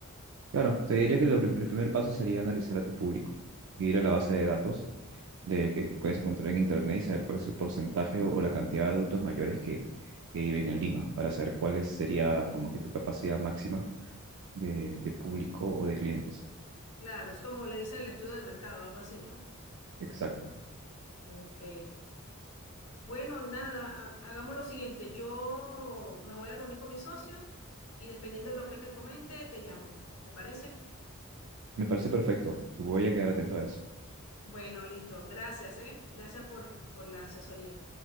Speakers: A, on the right; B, on the left.
A: Claro, te diré que lo prim- el primer paso sería analizar a tu público, ir a la base de datos de que puedes encontrar en internet y saber cuál es el porcentaje o, o la cantidad de adultos mayores que, que viven en Lima, para saber cuál es- sería como que tu capacidad máxima de, de público o de clientes.
B: Claro, es como le dicen el estudio de mercado, algo así, ¿no?
A: Exacto.
B: Ok. Bueno, nada, ha- hagamos lo siguiente. Yo me voy a reunir con mi socio y dependiendo de lo que él me comente, te llamo. ¿Te parece?
A: Me parece perfecto. Voy a quedar atento a eso.
B: Bueno, listo. Gracias, ¿eh? Gracias por, por la asesoría.